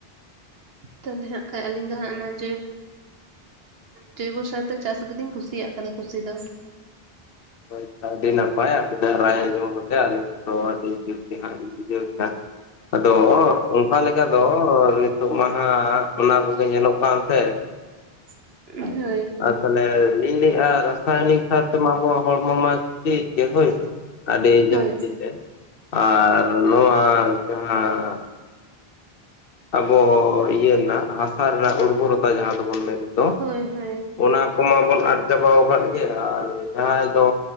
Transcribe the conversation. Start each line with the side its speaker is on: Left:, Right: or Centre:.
Right: ᱛᱟᱦᱞᱮ ᱦᱟᱸᱜ ᱠᱷᱟᱡ ᱟᱞᱤᱧ ᱫᱚ ᱦᱟᱸᱜ ᱚᱱᱟ <unintelligible> ᱡᱳᱭᱵᱚ ᱥᱟᱨ ᱛᱮ ᱪᱟᱥ ᱜᱮᱞᱤᱧ ᱠᱩᱥᱤᱭᱟᱜ ᱠᱟᱱᱟ ᱠᱩᱥᱤ ᱫᱚ
Left: ᱦᱳᱭ ᱟᱹᱰᱤ ᱱᱟᱯᱟᱭ ᱟᱵᱤᱱᱟᱜ ᱨᱟᱭ ᱟᱡᱚᱢ ᱠᱟᱛᱮ ᱟᱞᱤᱧ ᱟᱫᱚ ᱟᱹᱰᱤ ᱡᱩᱛ ᱜᱮᱦᱟᱞᱤᱧ ᱵᱩᱡᱟᱹᱣ ᱠᱮᱫᱟ ᱟᱫᱚ ᱚᱝᱠᱟ ᱞᱮᱠᱟ ᱫᱚ ᱱᱤᱛᱚᱜ ᱢᱟᱦᱟᱜ ᱚᱱᱟ ᱠᱚᱜᱮ ᱧᱮᱞᱚᱜ ᱠᱟᱱ ᱛᱮ
Right: ᱦᱟᱹᱭ ᱦᱟᱹᱭ
Left: ᱛᱟᱦᱚᱞᱮ ᱞᱤᱧ ᱞᱟᱹᱭᱮᱜᱼᱟ ᱨᱟᱥᱟᱭᱚᱱᱤᱠ ᱥᱟᱨ ᱛᱮᱢᱟ ᱟᱵᱚᱣᱟᱜ ᱦᱚᱲᱢᱚ ᱢᱟ ᱠᱷᱚᱛᱤ ᱜᱮ ᱦᱳᱭ ᱥᱮ ᱟᱹᱰᱤ
Right: ᱦᱳᱭ
Left: ᱡᱟᱹᱥᱛᱤ ᱛᱮ ᱟᱨ ᱱᱚᱣᱟ ᱡᱟᱦᱟᱸ ᱟᱵᱚ ᱤᱭᱟᱹ ᱱᱟᱜ ᱦᱟᱥᱟ ᱨᱮᱱᱟᱜ ᱩᱨᱵᱚᱨᱚᱛᱟ ᱡᱟᱦᱟᱸ ᱫᱚᱵᱚᱱ ᱢᱮᱱᱮᱫ ᱫᱚ
Right: ᱦᱳᱭ ᱦᱳᱭ
Left: ᱚᱱᱟ ᱠᱚᱢᱟᱵᱚᱱ ᱟᱫ ᱪᱟᱵᱟ ᱟᱠᱟᱫ ᱜᱮ, ᱟᱨ ᱡᱟᱦᱟᱸᱭ ᱫᱚ